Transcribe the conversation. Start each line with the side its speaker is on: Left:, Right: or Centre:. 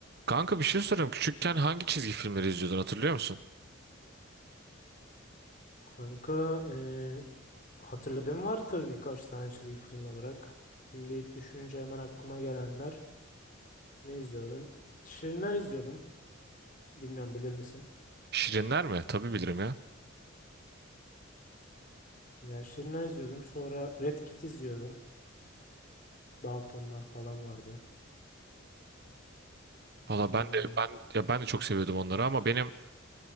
Right: Kanka bir şey sorayım. Küçükken hangi çizgi filmleri izliyordun hatırlıyor musun?
Left: Kanka eee hatırladığım var tabii birkaç tane çizgi film olarak. Şimdi ilk düşününce hemen aklıma gelenler ne izliyordum? Şirinler izliyordum. Bilmiyorum bilir misin?
Right: Şirinler mi? Tabii bilirim ya.
Left: Yani Şirinler izliyordum. Sonra Red Kit izliyordum. Daltonlar falan vardı.
Right: Valla
Left: Hmm,
Right: ben de ben ya ben de çok seviyordum onları ama benim